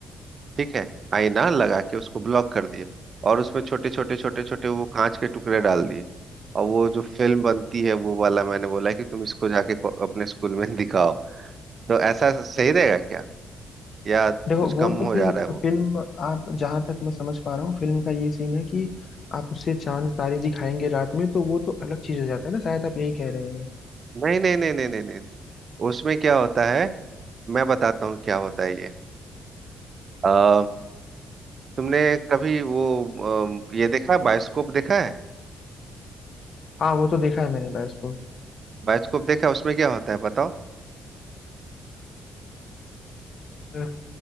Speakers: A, on the right (about 45°); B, on the left (about 50°).
A: ठीक है आईना लगा के उसको ब्लॉक कर दिया और उसमें छोटे छोटे छोटे छोटे वो कांच के टुकड़े डाल दिए और वो जो फिल्म बनती है वो वाला मैंने बोला कि तुम इसको जाके को- अपने स्कूल में <laughs> दिखाओ तो ऐसा सही रहेगा क्या या कुछ
B: देखो वो
A: कम
B: तो
A: हो
B: फिर
A: जा रहा है वो
B: फिल्म आप जहां तक मैं समझ पा रहा हूँ फिल्म का ये सीन है कि आप उससे चांद तारे दिखाएंगे रात में तो वो तो अलग चीज हो जाता है ना शायद आप यही कह रहे हैं
A: नहीं नहीं नहीं नहीं नहीं नहीं नहीं। उसमें क्या होता है मैं बताता हूँ क्या होता है ये अ, तुमने कभी वो अ, ये देखा है बायोस्कोप देखा है
B: हाँ वो तो देखा है मैंने बस को
A: बायोस्कोप देखा है उसमें क्या होता है बताओ
B: अ,